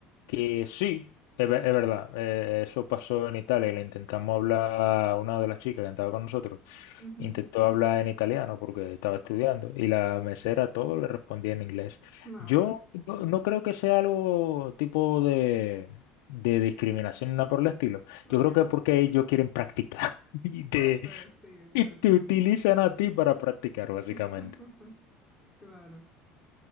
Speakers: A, on the left; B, in the centre.
A: que sí, es, ve- es verdad, eh, eso pasó en Italia y le intentamos hablar a una de las chicas que andaba con nosotros,
B: Ujú.
A: intentó hablar en italiano porque estaba estudiando y la mesera todo le respondía en inglés.
B: Una
A: Yo
B: hora.
A: no, no creo que sea algo tipo de, de discriminación ni nada por el estilo.
B: Ok.
A: Yo creo que es porque ellos quieren practicar <laughs> y te,
B: Puede ser, sí, exacto.
A: y te utilizan a ti para practicar, básicamente.
B: <laughs> Claro.